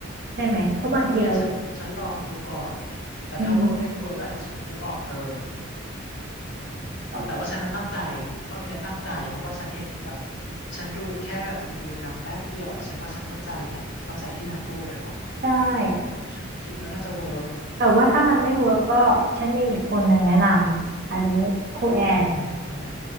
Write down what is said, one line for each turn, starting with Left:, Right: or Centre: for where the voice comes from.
Right: ใช่ไหมเพราะบางทีเรา
Left: ก็เนี่ยฉันฉันลองดูก่อนแต่ถ้าเวิร์กไม่เวิร์กอ่ะเดี๋ยวฉันจะบอกเธอ
Right: อืม
Left: อืมแต่ว่าฉันน่ะตั้งใจ
Right: เรา
Left: รอบเนี้ยตั้งใจเพราะว่าฉันเห็นแบบฉันดูแค่แบบรีวิวนางแป๊บเดียวฉันว่าฉันเข้าใจไงเข้าใจที่นางพูดอะเนาะ
Right: ได้
Left: ฉันคิดว่าน่าจะเวิร์ก
Right: แต่ว่าถ้ามันไม่เวิร์กก็ฉันมีอีกคนหนึ่งแนะนำอันนี้ครูแอน
Left: ยังไงคนไหน